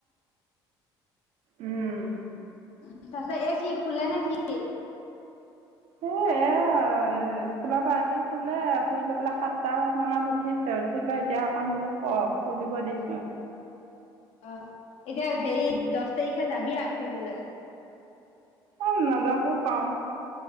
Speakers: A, on the right (about 65°); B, on the left (about 65°).
A: উম
B: উ তহঁত এই কি শুলে নেকি?
A: এ এ স্কুলপা আহি শুলে শুই লৈ পেলাই সাতটা মানত উঠিছে উঠিলৈ এতিয়া অকণ বোলোঁ ক পঢ়িব দিছোঁ।
B: অ এতিয়া হেৰি দহ তাৰিখে যাবি আৰু ফুৰিবলে।
A: অ নাযাবওঁ পাৰোঁ।